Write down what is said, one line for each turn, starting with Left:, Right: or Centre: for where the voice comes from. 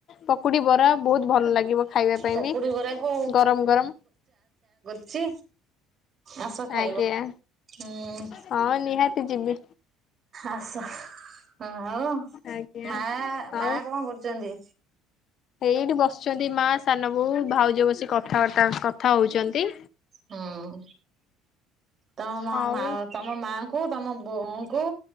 Left: ପକୁଡି ବରା ବହୁତ ଭଲ ଲାଗିବ ଖାଇବା ପାଇଁ
Right: ପକୁଡି
Left: ବି
Right: ବରାକୁ
Left: ଗରମ ଗରମ।
Right: ଚି ଆସ ଖାଇବ
Left: ଆଜ୍ଞା।
Right: ହୁଁ।
Left: ହଁ ନିହାତି ଯିବି
Right: ଆସ ହୁଁ
Left: ଆଜ୍ଞା
Right: ମା ମା
Left: ଆଉ
Right: କଣ କରୁଚନ୍ତି?
Left: ଏଇଠି ବସିଚନ୍ତି ମା, ସାନ ବୋଉ, ଭାଉଜ ବସିକି କଥାବାର୍ତ୍ତା କଥା ହଉଚନ୍ତି।
Right: ହଁ ତମ ମ
Left: ହଉ
Right: ମା ତମ ମାଙ୍କୁ ତମ ବୋଉଙ୍କୁ